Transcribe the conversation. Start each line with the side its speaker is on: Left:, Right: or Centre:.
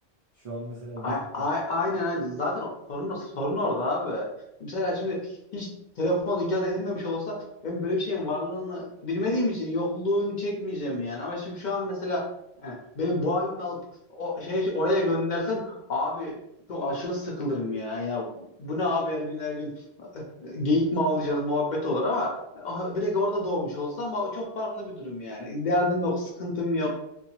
Right: Şu an mesela
Left: A-
Right: biz
Left: a-
Right: hani
Left: aynen aynen. Zaten o- sorun, sorun orada abi. Mesela şimdi hiç telefon icat edilmemiş olsa ben böyle bir şeyin varlığını bilmediğim için yokluğunu çekmeyeceğim yani. Ama şimdi şu an mesela e, beni bu halimle alıp o şeye, oraya göndersen abi çok aşırı sıkılırım ya. Ya bu ne abi her gün her gün e, e, geyik mi avlayacağız muhabbet olur ama e, direkt orada doğmuş olsa ama o çok farklı bir durum yani. Derdim yok, sıkıntım yok.